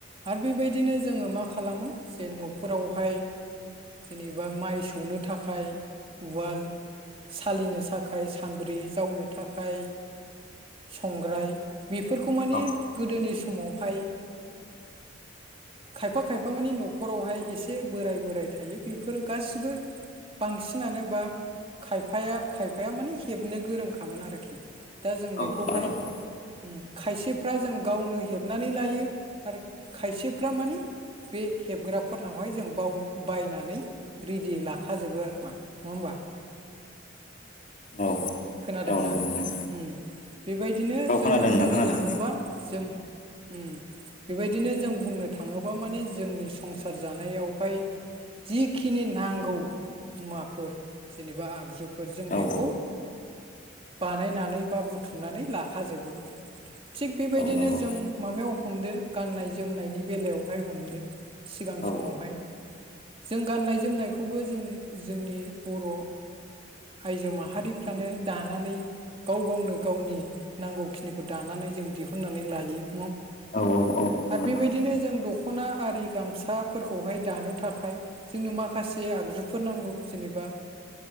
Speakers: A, on the right; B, on the left.
A: आरो बेबायदिनो जोङो मा खालामो जे नफोरावहाय जेनेबा माइ सौनो थाखाय उवाल सालिनो साखाय सान्द्रि जावनो थाखाय संग्राय बेफोरखौ माने
B: औ
A: गोदोनि समावहाय खायफा खायफा माने नखरावहाय एसे बोराय बोराय थायो बेफोरो गासिबो बांसिनानो बा खायफाया खायफाया माने हेबनो गोरोंखामोन आरोखि दा जों बेखौहाय
B: औ नंगौ नोंथां
A: उम खायसेफ्रा जों गावनो हेबनानै लायो। आरो खायसेफ्रा माने बे हेबग्राफोरनावहाय जों बाव बायनानै रेडि लाखाजोबो आरोमा नङा होमबा <inaudible>
B: औ
A: खोनादोंना
B: औ नंगौ नोंथां
A: ओम बेबायदिनो
B: औ
A: जोङो
B: खोनादों नोंथां
A: बुंनो
B: खोनादों
A: थाङोबा जों ओम, बेबायदिनो जों बुंनो थाङोबा माने जोंनि संसार जानायावहाय जिखिनि नांगौ मुवाफोर जेनेबा आगजुफोर जों
B: औ
A: बेखौ।। बानायनानै बा बुथुमनानै लाखाजोबो थिग बेबायदिनो
B: औ नंगौ
A: जों माबायाव हमदो गाननाय जोमनायनि बेलायावहाय हमदो सिगां
B: औ
A: समावहाय जों गाननाय जोमनायखौबो जों जोंनि बर' आइजो माहारि फ्रानो दानानै गाव गावनो गावनि नांगौखिनिखौ दानानै जों दिहुननानै लायो
B: औ औ औ नंगौ
A: आर
B: नोंथां
A: बेबायदिनो जों दख'ना आरि गामसाफोरखौहाय दानो थाखाय जोंनो माखासे आग जुफोर नांगौ जेनेबा